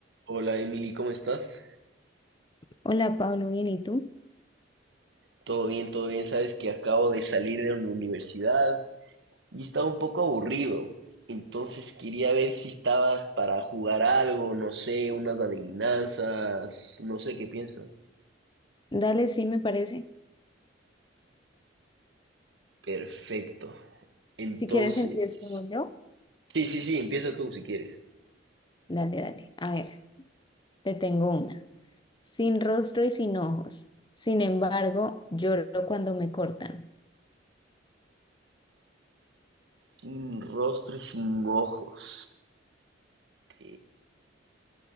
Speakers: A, on the right; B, on the left.
A: Hola Emily, ¿cómo estás?
B: Hola Pablo, bien, ¿y tú?
A: Todo bien, todo bien. Sabes que acabo de salir de una universidad y estaba un poco aburrido. Entonces quería ver si estabas para jugar algo, no sé, unas adivinanzas, no sé qué piensas.
B: Dale, sí me parece.
A: Perfecto. Entonces,
B: Si quieres empiezo yo.
A: sí, sí, sí, empieza tú si quieres.
B: Dale, dale. A ver, te tengo una. Sin rostro y sin ojos. Sin embargo, lloro cuando me cortan.
A: Sin rostro y sin ojos. Ok.